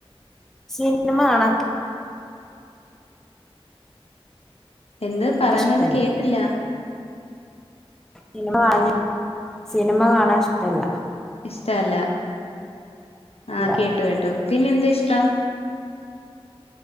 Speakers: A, in the centre; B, on the left (about 75°).
A: സിനിമ കാണ
B: എന്താ? പറഞ്ഞത്
A: ഇഷ്ടല്ല
B: കേട്ടില്ല.
A: സിനിമ കാണി സിനിമ കാണാൻ ഇഷ്ടല്ല.
B: ഇഷ്ടല്ല. ആഹ്
A: ഇല്ല
B: കേട്ടു കേട്ടു. പിന്നെ എന്താ ഇഷ്ടം?